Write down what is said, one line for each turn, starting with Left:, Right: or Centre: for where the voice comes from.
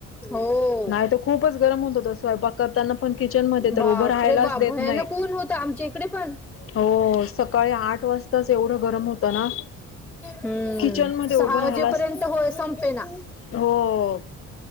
Centre: हो.
Left: नाही तर खूपच गरम होत होत स्वयंपाक करताना पण किचन किचन मध्ये
Centre: बाप
Left: उभ राहालाच
Centre: रे बाप
Left: देत
Centre: भयानक
Left: नाही
Centre: ऊन होतं आमच्या इकडे पण.
Left: हो सकाळी आठ वाजता. तच एवढं गरम होतं ना.
Centre: हम्म
Left: किचन मध्ये उभं
Centre: सहा
Left: राहिला
Centre: वाजेपर्यंत
Left: अस
Centre: होय संपेना.
Left: हो.